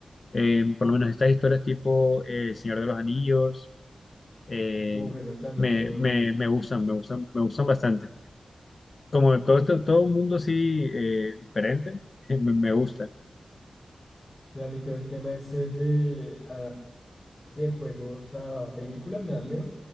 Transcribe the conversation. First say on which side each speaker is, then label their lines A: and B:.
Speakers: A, on the left; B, on the left.
A: Eh, por lo menos estas historias tipo eh, Señor de los Anillos, eh,
B: Uf, esas también
A: me,
B: son...
A: me, me gustan, me gustan, me gustan bastante. Como todo, esto- todo un mundo así eh, diferente, <laughs> me me gusta.
B: Sí, a mí todo el tema ese de de juegos a películas me da miedo,